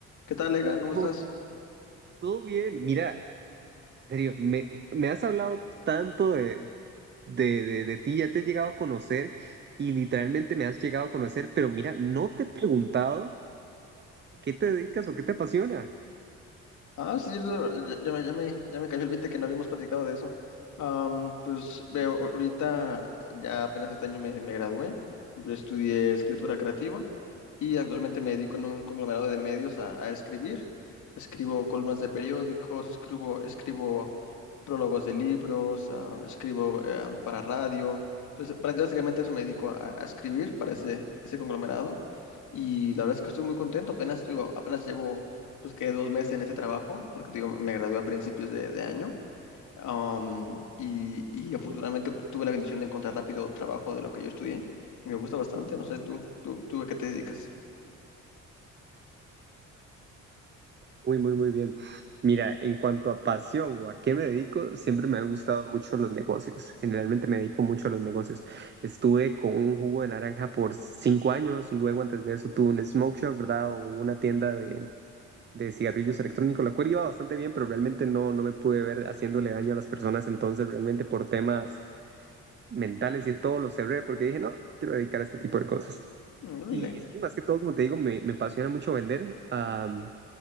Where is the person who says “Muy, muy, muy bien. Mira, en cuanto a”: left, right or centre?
Right